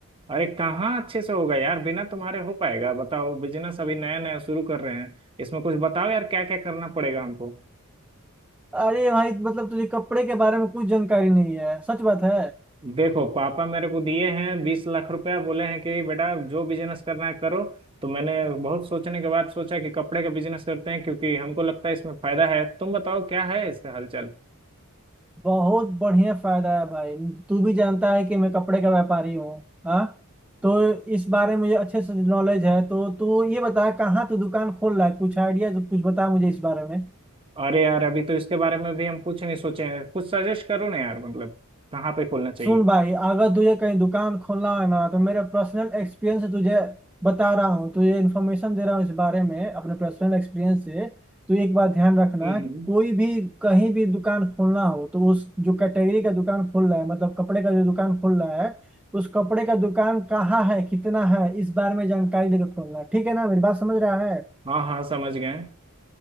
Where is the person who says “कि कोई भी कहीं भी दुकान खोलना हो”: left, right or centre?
Centre